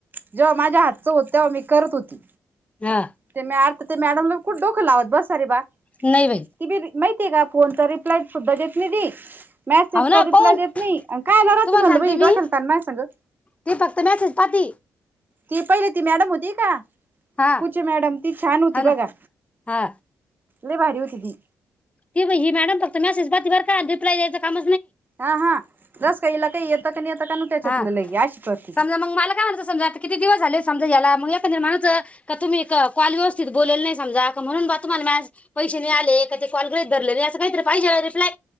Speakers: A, on the right; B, on the left.
A: जेव्हा माझ्या हातचं होत तेव्हा मी करत होती.
B: हा
A: ते मॅर तर ते मॅडमला कुठ डोकं लावत बस अर बा
B: नाही बाई
A: तिबी मै ते का फोनचा रिप्लाय सुधा निदी मॅसेजचा
B: हो ना
A: रिप्लाय
B: पाहून
A: देत नाही कायला राहते
B: तुम्हाला
A: म्हटला
B: सांगते
A: बाई वाकलता
B: मी
A: माय संग.
B: ती फक्त मेसेज पाहती
A: ती पहिले ती मॅडम होती का
B: हा
A: कुचे मॅडम ती छान होती
B: हा ना
A: बघा.
B: हा
A: लै भारी होती ती.
B: ती बी ही मॅडम फक्त मेसेज पाहती बरं का, रिप्लाय द्यायचं काम
A: हा, हा जस काहीला काही येतं का नाही येतं का न त्याच्यातलं
B: हा
A: लई अशी करती
B: समजा
A: ती
B: मग मला काय म्हनायचं समजा आता किती दिवस झालेस समजा याला मंग एखाद्याने म्हणायचं, का तुम्ही कॉल व्यवस्थित बोलेल नाही समजा. का म्हणून बा तुम्हाला आज पैसे नाही आले का ते कॉल गृहीत धरलेले असं काहीतरी पाहिजे ना रिप्लाय.